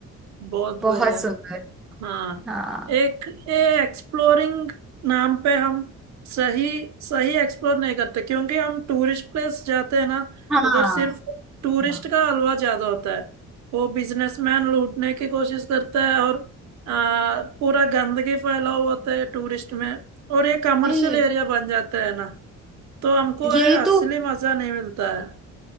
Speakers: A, on the right; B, in the centre.
A: बहुत
B: बहुत
A: बढ़िया
B: सुंदर
A: हाँ
B: हाँ
A: एक एक्सप्लोरिंग नाम पे हम सही सही एक्सप्लोर नहीं करते क्योंकि हम टूरिस्ट प्लेस जाते हैं ना
B: हाँ
A: उधर सिर्फ टूरिस्ट
B: हाँ।
A: का हलवा ज्यादा होता है वो बिजनेसमैन लूटने की कोशिश करता है और आ, पूरा गंदगी फैला हुआ होता है टूरिस्ट में और ये कमर्शियल
B: वही
A: एरिया बन जाता है ना तो हमको
B: यही
A: ये असली
B: तो
A: मजा नहीं मिलता है